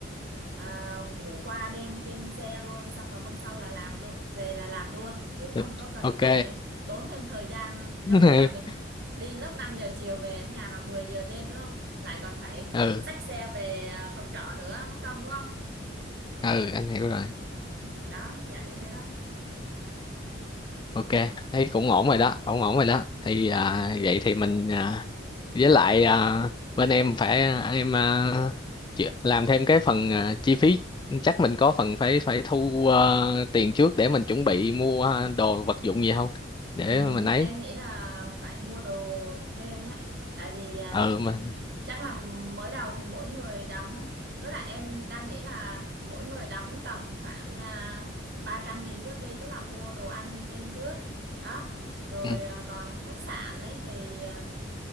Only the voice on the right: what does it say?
à, ngủ qua đêm trên xe luôn, xong rồi hôm sau là làm luôn, về là làm luôn, chứ
không có cần
phải tốn thêm thời gian
giống như là mình đi lúc 5 giờ chiều về đến nhà là 10 giờ đêm đúng không? Lại còn phải
xách xe về à, phòng trọ nữa, mất công đúng không?
Ừ, đó, dạng như thế đó.
Ừ,
em nghĩ là phải mua đồ thêm á, tại vì à,
Chắc là mới đầu thì mỗi người đóng với lại em đang nghĩ là mỗi người đóng tầm khoảng à, 300 nghìn trước đi tức là mua đồ ăn linh tinh trước đó rồi
à, còn khách sạn ấy thì à,